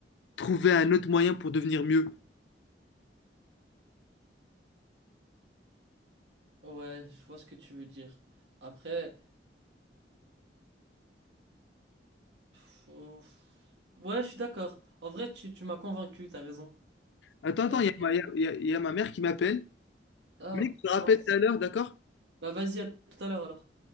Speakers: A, on the left; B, on the right.
A: trouver un autre moyen pour devenir mieux.
B: Ouais, je vois ce que tu veux dire. Après, pff, euh, pff, ouais, je suis d'accord. En vrai, tu, tu m'as convaincu, t'as raison.
A: Attends, attends,
B: T'as-
A: il
B: t'as-
A: y a, ma il y a- il y a ma mère qui m'appelle.
B: Ah,
A: Mec, je te rappelle
B: mince.
A: tout à l'heure, d'accord?
B: Bah, vas-y, à tout à l'heure alors.